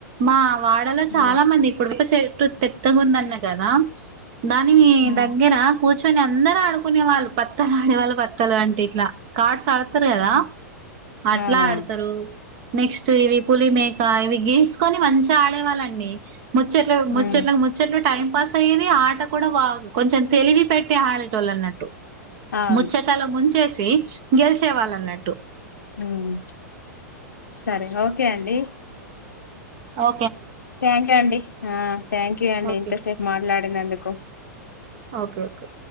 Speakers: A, on the right (about 45°); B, on the left (about 80°).
A: మా వాడలో చాలా
B: ఉమ్,
A: మంది ఇప్పుడు ఒక చెట్టు పెద్దగా ఉందన్న కదా దాని మీ
B: ఉమ్,
A: దగ్గర కుర్చ్ ర్చొని అందరు ఆడుకునే వాళ్ళు పత్తలు ఆడేవాళ్ళు పత్తలు అంటే ఇట్లా కార్డ్స్ ఆ ఆడతారు కదా
B: ఉమ్.
A: అట్లా
B: అవునవును
A: ఆడ్ నెక్స్ట్ ఇవి పులి మేక ఇవి గీసుకొని మంచిగా ఆడేవాళ్ళండి ముచ్చట్లు ముచ్చెట్
B: ఉమ్
A: ముచ్చట్లు టైం పాస్ అయ్యేవి ఆట కూడా వాగు కొంచెం తెలివి పెట్టే ఆడేటోళ్ళు అన్నట్టు
B: అవును
A: ముచ్చటలో ముంచేసి గెలిచే వాళ్ అన్నట్టు
B: ఉ ఉచ్ సరే ఓకే అండి
A: ఓ
B: థ్యాంక్ యూ అండి ఆ థ్యాంక్ యూ అండి
A: ఓకే
B: ఇంతసేపు మాట్లాడినందుకు
A: ఓకే ఓకే